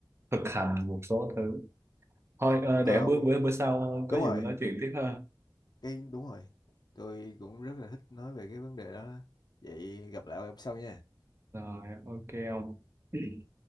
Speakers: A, on the right; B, on the left.
A: thực hành một số thứ thôi ờ,
B: Ừ,
A: để
B: có ông
A: bữa
B: không?
A: bữa bữa sau
B: Đúng
A: có gì
B: rồi,
A: mình nói chuyện tiếp ha
B: cái đúng rồi. Tôi cũng rất là thích nói về cái vấn đề đó. Vậy gặp lại ông sau nha.
A: rồi ok không